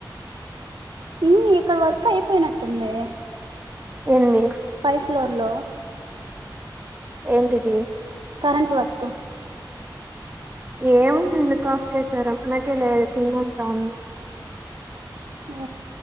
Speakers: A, on the right; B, on the right.
A: ఇంగా ఇక్కడ వర్క్ అయిపోయినట్టుంది
B: ఎంది
A: పై ఫ్లోర్ లొ
B: ఏంటిదీ
A: కరెంట్ వర్క్
B: ఏం ఎందుక్ కాఫ్ చేసారో మనకే లేదు కింద అంతా ఉంది
A: ఏ